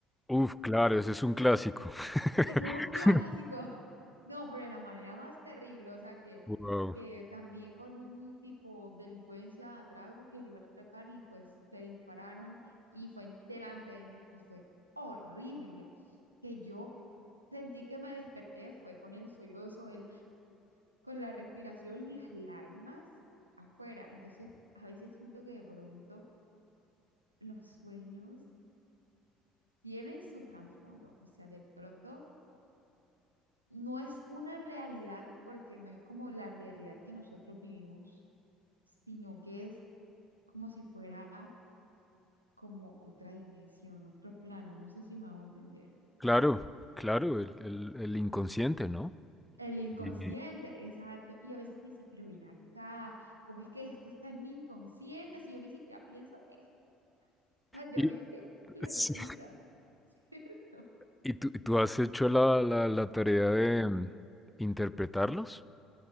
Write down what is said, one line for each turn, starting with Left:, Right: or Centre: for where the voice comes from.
Centre: Uf, claro, ese es un clásico. <laughs>
Right: Eso es un clásico. <laughs> No, pero de la manera más terrible, o sea, que,
Centre: Wow,
Right: que también con un tipo de delincuencia a trago que le iban a atracar y pues le dispararon y fue en- delante de mí y fue horrible. Que yo sentí que me desperté, fue con el sollozo, el, con la respiración y las lágrimas afuera. Entonces, a veces siento que de pronto los sueños tienen su trasfondo, o sea, de pronto no es una realidad porque no es como la realidad que nosotros vivimos, sino que es como si fuera como otra dimensión, otro plano, no sé si me hago entender.
Centre: claro, claro, el, el- el inconsciente, ¿no?
Right: El inconsciente,
Centre: Y,
Right: exacto. Y a veces tú dices, pero ven acá, ¿cómo es que esto está en mi inconsciente si yo ni siquiera pienso en esto? <laughs> Yo
Centre: y-
Right: ni es que lo
Centre: sí.
Right: repita, <laughs> ¿cierto?
Centre: ¿Y tú, tú has hecho la, la, la tarea de mm, interpretarlos?